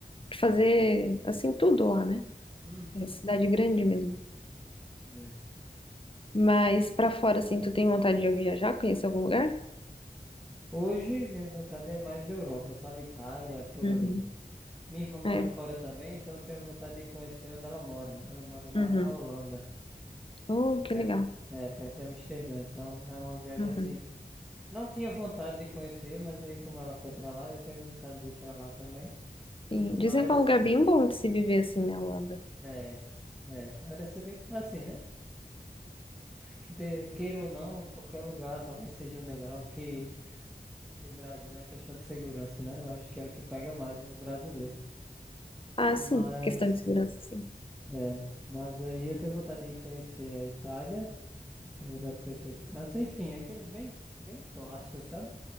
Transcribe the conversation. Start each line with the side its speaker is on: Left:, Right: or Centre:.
Left: de fazer, assim, tudo lá, né?
Centre: Uhum.
Left: É cidade grande mesmo.
Centre: né.
Left: Mas pra fora, assim, tu tem vontade de viajar, conhecer algum lugar?
Centre: Hoje minha vontade é mais Europa, sabe? Itália, por
Left: Uhum.
Centre: ali. Minha irmã mora
Left: É.
Centre: fora também, então eu tenho vontade de conhecer onde ela mora, né? Ela mora lá
Left: Uhum.
Centre: na Holanda.
Left: Oh, que
Centre: Perto,
Left: legal.
Centre: é, perto em Amsterdã, então é uma viagem
Left: Uhum.
Centre: assim. Não tinha vontade de conhecer, mas aí como ela foi pra lá, eu tenho vontade de ir pra lá também.
Left: Sim.
Centre: Mas,
Left: Dizem que é um lugar bem bom de se viver, assim, na Holanda.
Centre: é, é, parece ser bem assim, né? Que de- queira ou não, qualquer lugar talvez seja melhor que, que o Brasil na questão de segurança, né? Eu acho que é o que pega mais o brasileiro.
Left: Ah,
Centre: Mas,
Left: sim. Questão de segurança, sim.
Centre: é, mas aí eu tenho vontade de conhecer a Itália Ter vontade de conhecer França, enfim, aqueles bem, bem clássicos, sabe?